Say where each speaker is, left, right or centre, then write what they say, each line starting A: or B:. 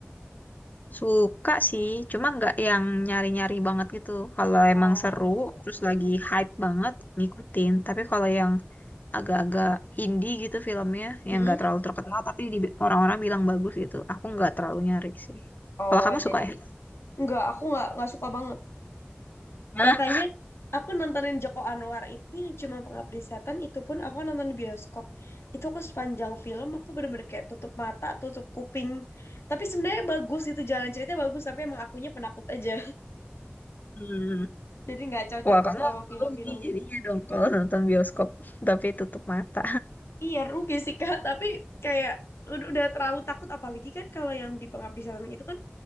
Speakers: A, on the left; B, on the left.
A: Suka sih, cuma nggak yang nyari-nyari banget gitu. Kalau
B: Oh,
A: emang seru, terus lagi hype banget, ngikutin. Tapi kalau yang agak-agak indie gitu filmnya, yang
B: mm-mm.
A: nggak terlalu terkenal, tapi di- orang-orang bilang bagus gitu, aku nggak terlalu nyari sih.
B: Oh,
A: Kalau kamu suka
B: jadi
A: ya?
B: Enggak, aku nggak nggak suka banget.
A: Nah,
B: Makanya aku nontonin Joko Anwar itu yang cuma Pengabdi Setan itu pun aku nonton di bioskop. Itu aku sepanjang film aku bener-bener kayak tutup mata, tutup kuping. Tapi sebenarnya bagus itu jalan ceritanya bagus, tapi emang akunya penakut aja. <laughs>
A: hmm.
B: Jadi nggak cocok
A: Wah, kamu
B: sama film-film
A: rugi jadinya
B: gitu.
A: dong kalau nonton bioskop, <laughs> tapi tutup mata.
B: Iya rugi sih Kak, tapi kayak ud- udah terlalu takut apalagi kan kalau yang di Pengabdi Setan itu kan